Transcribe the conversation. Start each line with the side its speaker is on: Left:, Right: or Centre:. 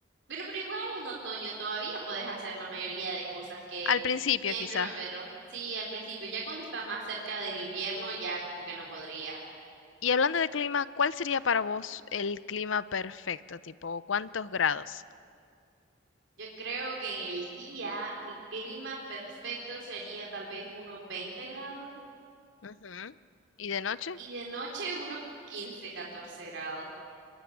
Right: Bueno, pero igual en otoño todavía puedes hacer la mayoría de cosas que
Left: Al principio,
Right: en
Left: quizás.
Right: primavera. Sí, al principio, ya cuando está más cerca del invierno, ya como que no podría.
Left: Y hablando de clima, ¿cuál sería para vos el clima perfecto? Tipo, ¿cuántos grados?
Right: Yo creo que en el día mi clima perfecto sería tal vez unos 20 grados
Left: Ujú. ¿Y de noche?
Right: y de noche unos 15 14 grados